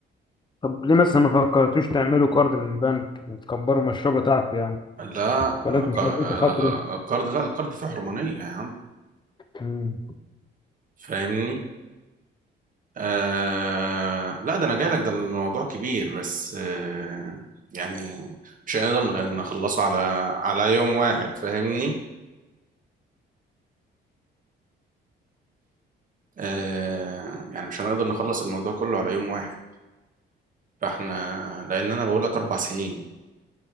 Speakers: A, on the left; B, on the right.
A: طب ليه مثلا ما فكرتوش تعملوا كارد من بنك وتكبروا المشروع بتاعكم يعني
B: لا
A: ولكن
B: آه، ك-
A: مش
B: آه،
A: لازم تخاطروا
B: لا، الكارد لا الكارد فيه حرمانية يا عم
A: مم.
B: فاهمني آه لا ده انا جاي لك ده الموضوع كبير بس آه يعني مش هنقدر نخ- نخلصه على على يوم واحد فاهمني آه يعني مش هنقدر نخلص الموضوع كله على يوم واحد فاحنا لان انا بقول لك اربع سنين